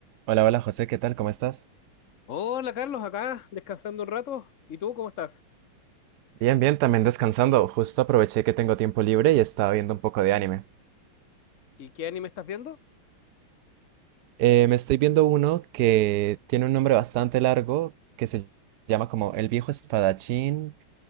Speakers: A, on the right; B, on the left.
A: Hola, hola José, ¿qué tal? ¿Cómo estás?
B: Hola Carlos, acá descansando un rato. ¿Y tú cómo estás?
A: Bien, bien, también descansando. Justo aproveché que tengo tiempo libre y estaba viendo un poco de anime.
B: ¿Y qué anime estás viendo?
A: Eh, me estoy viendo uno que tiene un nombre bastante largo que se llama como El viejo espadachín